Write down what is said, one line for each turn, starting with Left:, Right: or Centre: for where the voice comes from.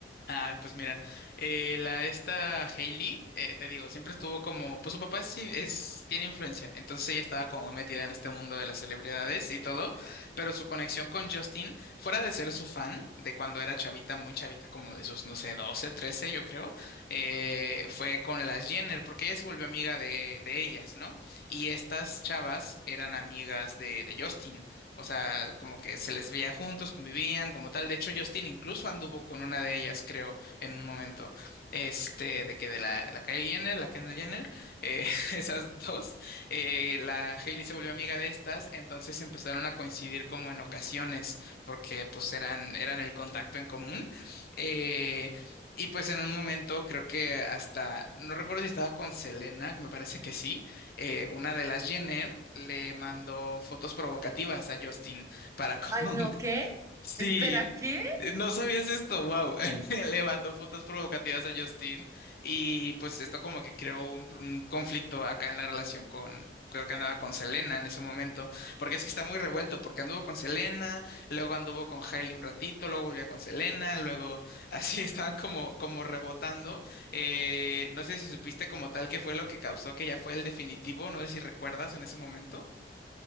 Left: Ah, pues mira, eh, la esta Hailey, eh, te digo, siempre estuvo como, pues su papá sí es, tiene influencia, entonces ella estaba como muy metida en este mundo de las celebridades y todo, pero su conexión con Justin, fuera de ser su fan, de cuando era chavita, muy chavita, como de sus, no sé, 12 13 yo creo, eh, fue con las Jenner, porque ella se volvió amiga de, de ellas, ¿no? Y estas chavas eran amigas de, de Justin. O sea, como que se les veía juntos, convivían, como tal. De hecho, Justin incluso anduvo con una de ellas, creo, en un momento. Este, de que de la, la Kylie Jenner, la Kendall Jenner, eh, <laughs> esas dos, eh, la Hailey se volvió amiga de estas, entonces empezaron a coincidir como en ocasiones, porque pues eran, eran el contacto en común. Eh, y pues en un momento creo que hasta, no recuerdo si estaba con Selena, me parece que sí eh, una de las Jenner le mandó fotos provocativas a Justin para, <laughs> como
Right: Ay, no, ¿qué?
Left: Sí,
Right: Espera, ¿qué?
Left: eh, no sabías esto, wow. <laughs> Le mandó fotos provocativas a Justin y pues esto como que creó un, un conflicto acá en la relación con, creo que andaba con Selena en ese momento, porque es que está muy revuelto, porque anduvo con Selena, luego anduvo con Hailey un ratito, luego volvió con Selena, luego así <laughs> estaban como, como rebotando. Eh, no sé si supiste como tal qué fue lo que causó que ya fue el definitivo, no sé si recuerdas en ese momento.